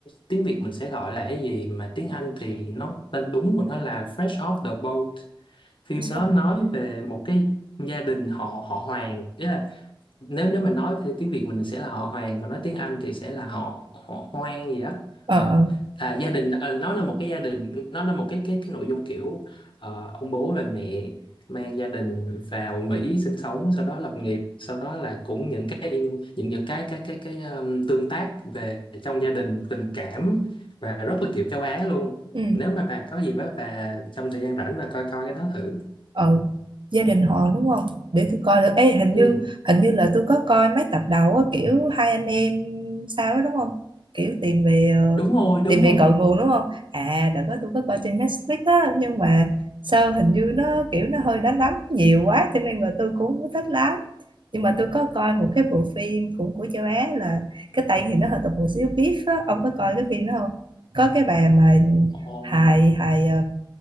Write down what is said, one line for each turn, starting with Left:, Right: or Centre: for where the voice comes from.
Left: tiếng Việt mình sẽ gọi là cái gì mà tiếng Anh thì nó tên đúng của nó là Fresh Off the Boat phim
Right: Nó sao?
Left: đó nói về một cái gia đình họ họ Hoàng tức là nếu nếu mình nói thì tiếng Việt mình sẽ là họ Hoàng còn nói tiếng Anh thì sẽ là họ họ Hoang gì đó
Right: ờ,
Left: Ờ,
Right: ờ.
Left: là gia đình ờ, nó là một cái gia đình nó là một cái cái cái nội dung kiểu ờ, ông bố và mẹ mang gia đình vào Mỹ sinh sống sau đó lập nghiệp sau đó là cũng những cái in, những những cái cái cái cái um, tương tác về trong gia đình tình cảm và rất là kiểu châu Á luôn
Right: ừ.
Left: nếu mà bà có dịp á bà trong thời gian rảnh bà coi coi cái đó thử
Right: ừ, gia đình họ đúng không để tôi coi được Ê, hình
Left: ừ,
Right: như hình như là tôi có coi mấy tập đầu á, kiểu hai anh em sao đó, đúng không kiểu tìm về ờ,
Left: đúng rồi đúng
Right: tìm về
Left: rồi
Right: cội nguồn đúng không à đợt đó tôi có coi trên Netflix á nhưng mà sao hình như nó kiểu nó hơi đánh đấm nhiều quá cho nên là tôi cũng không thích lắm nhưng mà tôi có coi một cái bộ phim cũng của châu Á là cái tay thì nó hơi tập một xíu beef á ông có coi cái phim đó không có cái bà mà
Left: Ồ,
Right: hài hài ờ,